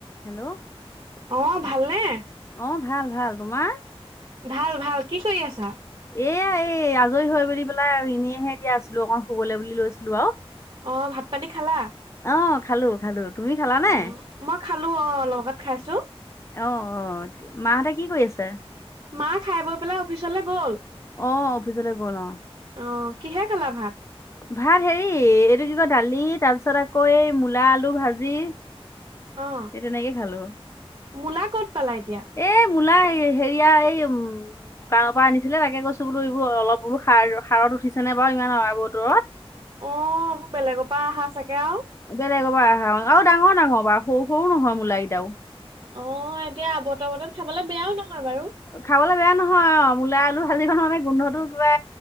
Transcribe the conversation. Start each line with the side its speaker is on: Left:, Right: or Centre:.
Left: Hello
Right: অ ভালনে
Left: অ ভাল ভাল তোমাৰ
Right: ভাল ভাল কি কৰি আছা
Left: এয়া এই আজৰি হৈ বুলি পেলাই এনেইহে এতিয়া আছিলো অকণমান শুবলৈ বুলি লৈছিলো আৰু
Right: অ ভাত পানী খালা
Left: অ খালো খালো তুমি খালা নে
Right: অ' মই খালো অলপ আগত খাইছোঁ
Left: অ অ মাহঁতে কি কৰি আছে
Right: মাই খাই বৈ পেলাই অফিচলৈ গ'ল
Left: অহ অফিচলৈ গ'ল অ
Right: অহ কিহে খালা ভাত
Left: ভাত হেৰি এইটো কি কয় দালি তাৰ পিছত আকৌ এই মূলা আলু ভাজি
Right: অ'
Left: সেই তেনেকে খালো
Right: মূলা ক'ত পালা এতিয়া
Left: এই মূলা হেৰিয়া এই উম দোকানৰ পৰা আনিছিলে তাকে কৈছো বোলো এইবোৰ অলপ বোলো সাৰ সাৰত উঠিছে বাৰু ইমান অ বতৰত
Right: অ এইবোৰ বেলেগৰ পৰা আহা চাগে আও
Left: বেলেগৰ পৰা আহা আৰু ডাঙৰ ডাঙৰ বাৰু সৰু সৰু নহয় মূলা কেইটাও
Right: অ এতিয়া আৱত বতৰত খাবলে বেয়াও নহয় বাৰু
Left: খাবলৈ বেয়া নহয় অ মূলা আলু ভাজি কন হলে গোন্ধটো কিবা